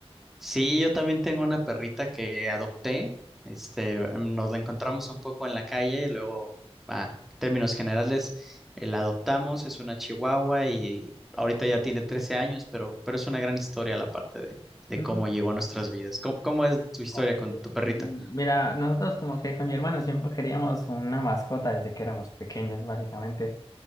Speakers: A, in the centre; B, on the left.
A: Sí, yo también tengo una perrita que adopté. Este, mm, nos la encontramos un poco en la calle y luego, a términos generales, eh, la adoptamos. Es una chihuahua y ahorita ya tiene 13 años, pero, pero es una gran historia la parte de, de
B: Mm,
A: cómo llegó a nuestras vidas. ¿Cómo, cómo es tu historia
B: ok.
A: con tu perrita?
B: Mm, Mira, nosotros como que con mi hermano siempre queríamos una mascota desde que éramos pequeños, básicamente,